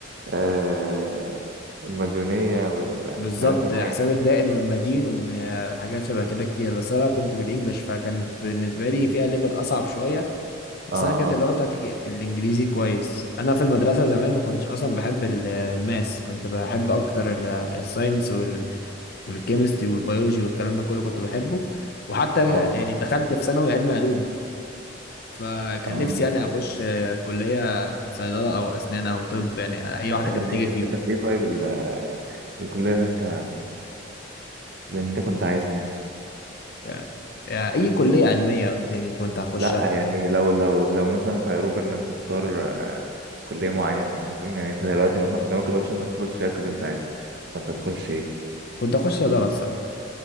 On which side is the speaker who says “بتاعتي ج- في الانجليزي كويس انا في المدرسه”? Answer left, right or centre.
Left